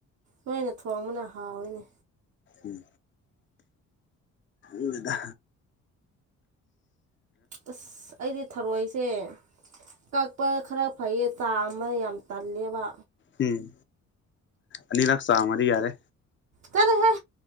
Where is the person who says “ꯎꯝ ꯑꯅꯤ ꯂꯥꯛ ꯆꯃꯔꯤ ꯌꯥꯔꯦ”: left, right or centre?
Left